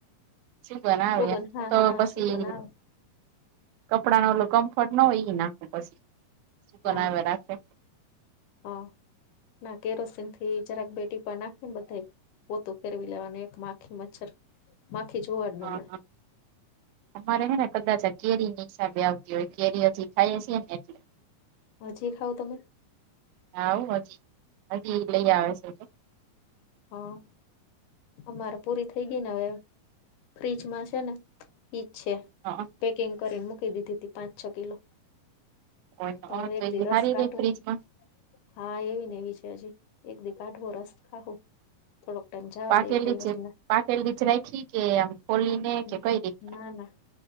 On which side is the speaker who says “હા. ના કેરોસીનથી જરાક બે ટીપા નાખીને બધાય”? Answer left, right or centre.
Left